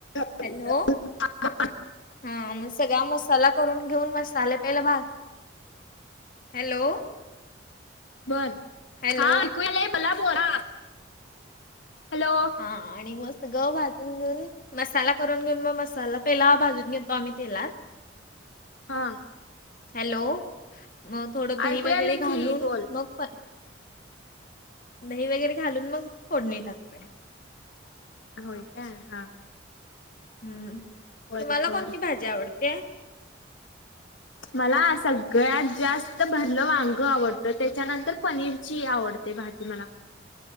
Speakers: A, on the left; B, on the left.
A: <unintelligible>
B: हॅलो हा मग सगळा मसाला करून घेऊन मसाले पहिले भ हॅलो.
A: बर
B: हॅलो
A: हा ऐकू या लय मला बोला. हॅलो
B: हा आणि मग सगळं भाजून घेऊन मसाला करून घेऊन म मसाला पेला भाजून घेतो आम्ही तेलात.
A: हां.
B: हॅलो मग थोडं दही
A: ऐकू
B: वगैरे
A: आले की
B: घालून
A: बोल
B: मग प दही वगैरे घालून मग फोडणी टाकते.
A: होय का हा हा.
B: हम्म
A: बरोबर
B: तुम्हाला कोणती भाजी आवडते?
A: मला सगळ्यात जास्त भरलं वांग आवडतं त्याच्यानंतर पनीरची आवडते. ते भाजी मला.